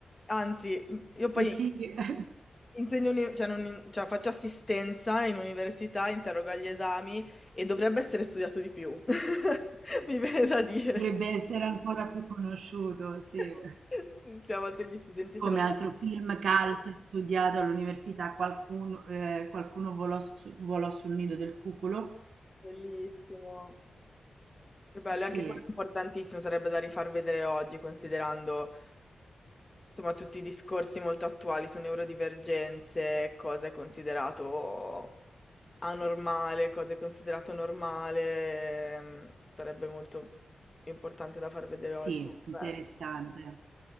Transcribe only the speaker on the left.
Anzi, m- io poi
insegno, uni- cioè non in- cioè faccio assistenza in università, interrogo agli esami e dovrebbe essere studiato di più. <laughs> Mi viene da dire.
<laughs> Sì, siamo degli studenti
se lo perdono.
Bellissimo. Che bello, e anche
quello è importantissimo, sarebbe da rifar vedere oggi, considerando insomma tutti i discorsi molto attuali su neurodivergenze, cosa è considerato anormale, cosa è considerato normale, ehm, sarebbe molto importante da far vedere
oggi.
Bello.